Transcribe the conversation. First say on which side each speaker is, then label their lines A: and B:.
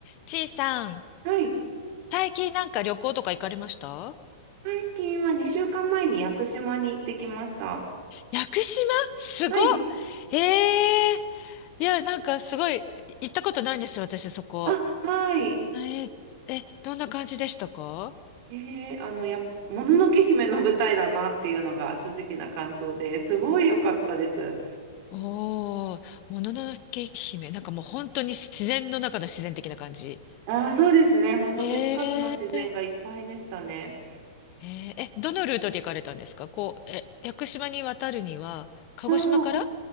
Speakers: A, on the left; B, on the right.
A: ちいさん、
B: はい。
A: 最近なんか旅行とか行かれました
B: 最近は2週間前に屋久島に行ってきました。
A: 屋久島すごっ
B: はい。
A: ええーいや、なんかすごい、行ったことないんですよ、私そこ。
B: あ、はい。
A: えーえ、どんな感じでしたか
B: えー、あの、や、もののけ姫の舞台だなっていうのが正直な感想ですごい良かったです。
A: おー、もののけ姫。なんかもう本当に自然の中の自然的な感じ。
B: ああ、そうですね。ほんと手つかずの自然がいっぱいでしたね。
A: えー、えーえ、どのルートで行かれたんですかこう、え、屋久島に渡るには、鹿児島から
B: あ